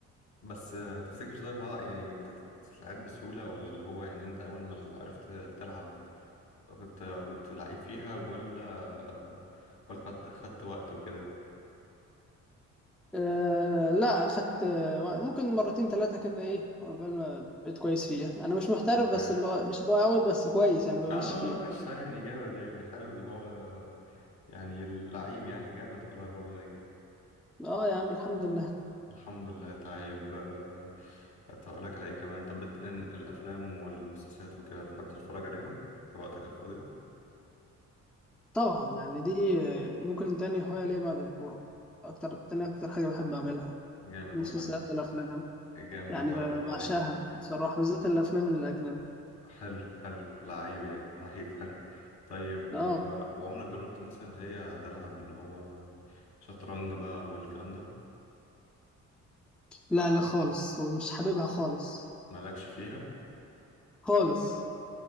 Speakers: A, on the left; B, in the centre.
A: بس آه، تفتكر طيب ها يعني بتتلعب بسهولة ولا اللي هو يعني انت اول ما عرفت تلعب كنت كنت لعيب فيها ولا آه، ولا خدت خدت وقت وكده
B: آه لا أخدت آه، ممكن مرتين ثلاثة كده إيه قبل ما بقيت كويس فيها أنا مش محترف
A: كويس
B: بس اللي هو مش اللي هو قوي بس كويس يعني بمشي
A: اه اه
B: فيها
A: قشطة يعني جامد يعني حلو اللي هو يعني لعيب يعني جامد والله برافو عليك
B: اه يا عم الحمد لله
A: الحمد لله طيب آه، كنت هقول لك على ايه كمان طب بت... الم- الافلام والمسلسلات وكده تحب تتفرج عليهم في وقتك الفاضي
B: طبعا يعني دي ممكن تاني هواية ليا بعد الكورة أكتر تاني أكتر حاجة بحب أعملها
A: جامد
B: المسلسلات
A: والله
B: والأفلام
A: جامد
B: يعني
A: والله
B: ب-
A: برافو
B: بعشقها
A: عليك
B: بصراحة بالذات الأفلام الأجنبي
A: حلو حلو لعيب يعني لعيب حلو طيب
B: آه
A: و... وعمرك جربت مثلا اللي هي تلعب اللي هو شطرنج بقى والكلام ده
B: لا لا خالص ومش حاببها خالص
A: مالكش فيها
B: خالص